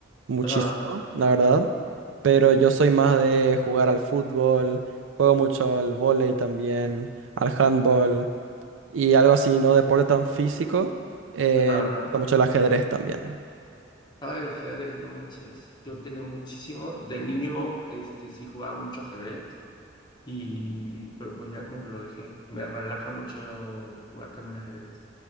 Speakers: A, on the right; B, on the left.
A: muchísimo,
B: ajá,
A: la verdad. Pero yo soy más de jugar al fútbol, juego mucho al vóley también, al handball y algo así, no deporte tan físico. Eh,
B: ajá, ajá.
A: me gusta mucho el ajedrez también.
B: Ah, el ajedrez, no manches. Yo tenía muchísimo, de niño, este, sí jugaba mucho ajedrez. Y, pero pues ya como que lo dejé. Me relaja mucho jugar también ajedrez.